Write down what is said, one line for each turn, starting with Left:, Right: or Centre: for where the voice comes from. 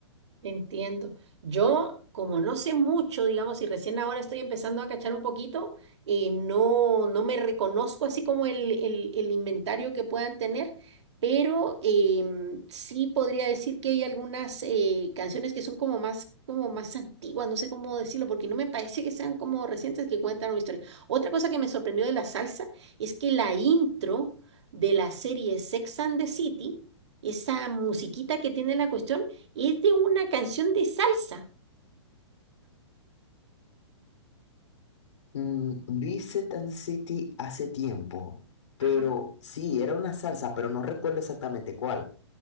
Right: Entiendo. Yo, como no sé mucho, digamos, y recién ahora estoy empezando a cachar un poquito, eh, no, no me reconozco así como el, el- el inventario que puedan tener, pero em, sí podría decir que hay algunas eh, canciones que son como más, como más antiguas, no sé cómo decirlo, porque no me parece que sean como recientes que cuentan una historia. Otra cosa que me sorprendió de la salsa es que la intro de la serie Sex and the City, esa musiquita que tiene la cuestión, es de una canción de salsa.
Left: Mm, vi Tan City hace tiempo, pero
Right: Ajá.
Left: sí, era una salsa, pero no recuerdo exactamente cuál.